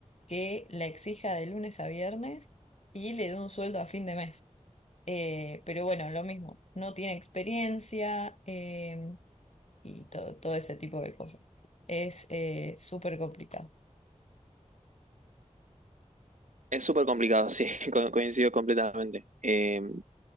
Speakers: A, on the left; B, on the right.
A: que la exija de lunes a viernes y le dé un sueldo a fin de mes. Eh, pero bueno, lo mismo, no tiene experiencia eh, y todo, todo ese tipo de cosas. Es eh, súper complicado.
B: Es súper complicado, sí, <laughs> co- coincido completamente. Eh,